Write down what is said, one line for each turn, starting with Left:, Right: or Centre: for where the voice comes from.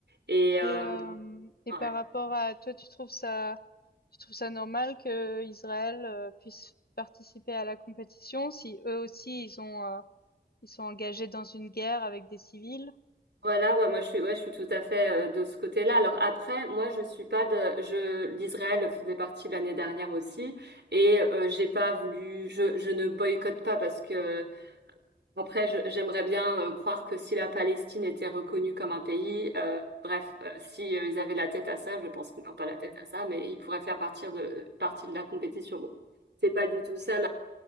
Right: Et euh,
Left: Et, euh, et par
Right: ouais.
Left: rapport à toi, tu trouves ça, tu trouves ça normal que Israël euh, puisse participer à la compétition si eux aussi ils ont, euh, ils sont engagés dans une guerre avec des civils?
Right: Voilà, ouais, moi je suis, ouais, je suis tout à fait euh, de ce côté-là. Alors après, moi je suis pas de, je, l'Israël faisait partie l'année dernière aussi, et euh, j'ai pas voulu, je, je ne boycotte pas parce que Après, je- j'aimerais bien euh, croire que si la Palestine était reconnue comme un pays, euh, bref, euh, si euh, ils avaient la tête à ça, je pense qu'ils n'ont pas la tête à ça, mais ils pourraient faire partir de, partie de la compétition. Bon, c'est pas du tout ça